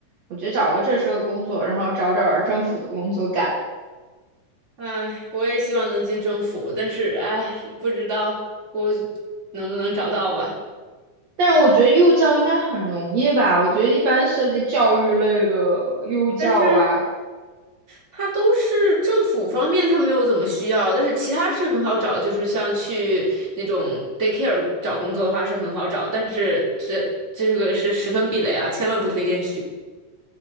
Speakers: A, on the right (about 60°); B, on the right (about 20°).
A: 我觉得找一个正式的工作，然后找点儿政府的工作干。
B: 唉，我也希望能进政府，但是唉，不知道我能不能找到吧。
A: 但我觉得幼教应该很容易吧？我觉得一般涉及教育类的幼教啊，
B: 但是他都是政府方面，他没有怎么需要，但是其他是很好找，就是像去那种 daycare 找工作的话是很好找，但是这这个是十分避雷啊，千万不推荐去。